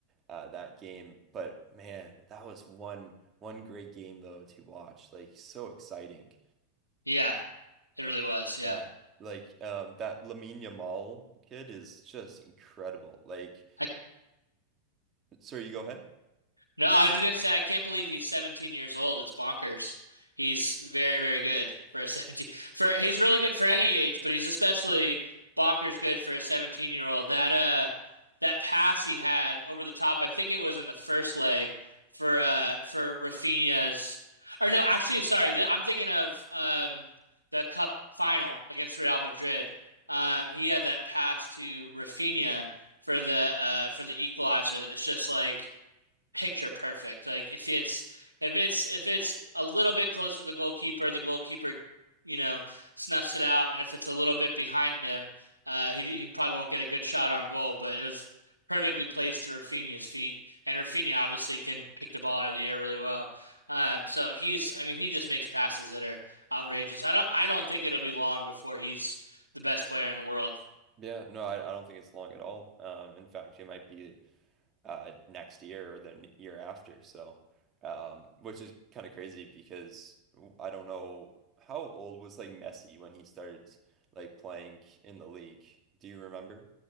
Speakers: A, on the right; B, on the right.
A: uh that game, but man, that was one one great game though to watch. Like so exciting.
B: Yeah, it really was. Yeah.
A: Yeah. Like um that Lamine Yamal kid is just incredible. Like
B: I
A: sorry, you go ahead.
B: No, I was just gonna say I can't believe he's 17 years old. It's bonkers. He's very, very good for a <laughs> 17 for he's really good for any age, but he's especially bonkers good for a 17 year old. That uh that pass he had over the top, I think it was in the first leg for uh for Rafinha's or no, actually sorry, th I'm thinking of um the cup final against Real Madrid. Um he had that pass to Rafinha for the uh for the equalizer that was just like picture perfect. Like if it's if it's if it's a little bit closer to the goalkeeper, the goalkeeper, you know, snuffs it out, and if it's a little bit behind him, uh, he he probably won't get a good shot on goal. But it was perfectly placed to Rafinha's feet, and Rafinha obviously can pick the ball out of the air really well. Um, so he's, I mean, he just makes passes that are outrageous. I don't I don't think it'll be long before he's the best player in the world.
A: Yeah, no, I, I don't think it's long at all. Um, in fact, it might be uh, next year or the n- year after. So, um, which is kind of crazy because w- I don't know how old was like Messi when he started like playing in the league. Do you remember?